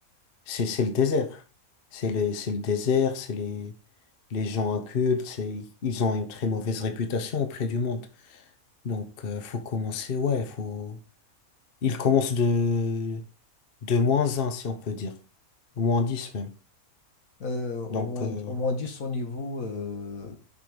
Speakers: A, on the left; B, on the left.
A: C'est, c'est le désert. C'est les, c'est le désert, c'est les, les gens incultes, c'est, ils ont une très mauvaise réputation auprès du monde. Donc, euh, faut commencer, ouais, faut, ils commencent de, de moins un si on peut dire. Moins 10 même.
B: Euh, au
A: Donc,
B: moins,
A: euh,
B: au moins 10 au niveau, euh,